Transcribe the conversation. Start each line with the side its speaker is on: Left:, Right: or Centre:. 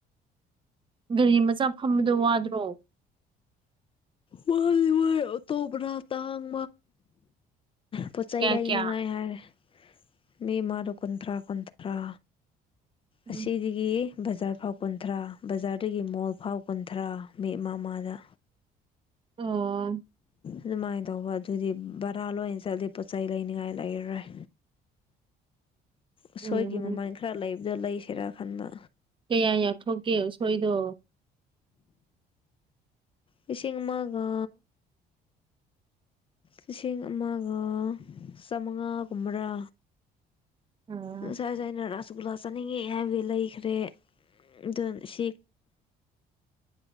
Right: ꯒꯥꯔꯤ ꯃꯆꯥ ꯐꯝꯕꯗꯣ ꯋꯥꯗ꯭ꯔꯣ
Left: ꯋꯥ ꯇꯣꯕ꯭ꯔ ꯇꯥꯡ ꯄꯣꯠ ꯆꯩ
Right: ꯀꯌꯥ
Left: ꯂꯩꯅꯤꯉꯥꯏ
Right: ꯀꯌꯥ
Left: ꯍꯥꯏꯔꯦ ꯃꯤ ꯃꯥꯗ ꯀꯨꯟꯊ꯭ꯔꯥ ꯀꯨꯟꯊ꯭ꯔꯥ
Right: ꯎꯝ
Left: ꯑꯁꯤꯗꯒꯤ ꯕꯖꯥꯔ ꯐꯥꯎ ꯀꯨꯟꯊ꯭ꯔꯥ ꯕꯖꯥꯔꯗꯒꯤ ꯃꯣꯜ ꯐꯥꯎ ꯀꯨꯟꯊ꯭ꯔꯥ ꯃꯤ ꯑꯃꯃꯥꯗ
Right: ꯑꯣ
Left: ꯑꯗꯨꯃꯥꯏꯅ ꯇꯧꯕ ꯑꯗꯨꯗꯤ ꯚꯔꯥ ꯂꯣꯏꯅ ꯆꯠꯂꯤ ꯄꯣꯠꯆꯩ ꯂꯩꯅꯤꯉꯥꯏ ꯂꯩꯔꯔꯣꯏ꯫ ꯎꯁꯣꯏꯒꯤ
Right: ꯎꯝ
Left: ꯃꯃꯜ ꯈꯔ ꯂꯩꯕꯗꯣ ꯂꯩꯁꯤꯔꯥ ꯈꯟꯕ꯫
Right: ꯀꯌꯥ ꯌꯥꯊꯣꯛꯀꯦ ꯎꯁꯣꯏꯗꯣ꯫
Left: ꯂꯤꯁꯤꯡ ꯑꯃꯒ ꯂꯤꯁꯤꯡ ꯑꯃꯒ ꯆꯥꯃꯉꯥ ꯒꯨꯝꯕꯔꯥ꯫
Right: ꯎꯝ
Left: ꯉꯁꯥꯏ-ꯉꯁꯥꯏ ꯑꯩꯅ ꯔꯥꯁꯒꯨꯂꯥ ꯆꯥꯅꯤꯡꯉꯦ ꯍꯥꯏꯕꯗꯩ ꯂꯩꯈꯔꯦ꯫ ꯑꯗꯨꯅ ꯁꯤ